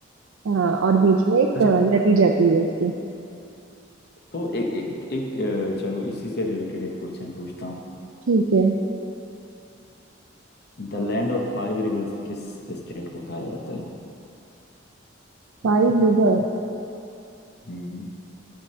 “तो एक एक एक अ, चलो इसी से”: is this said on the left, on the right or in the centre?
Left